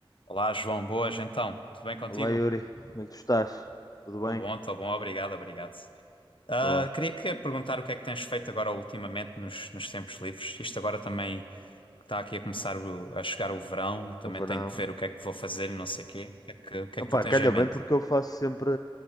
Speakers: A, on the left; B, on the left.
A: Olá, João, boas então. Tudo bem contigo?
B: Olá Yuri, como é que tu estás? Tudo
A: Estou
B: bem?
A: bom, estou bom, obrigado, obrigado. Ah,
B: Boa,
A: queria, queria te perguntar o que é que tens feito agora ultimamente nos, nos tempos livres. Isto agora também está aqui a começar o- a chegar o verão, eu também
B: o verão.
A: tenho que ver o que é que vou fazer e não sei o quê. O que é que, o que é
B: Opá,
A: que tu tens
B: calha
A: em mente?
B: bem porque eu faço sempre,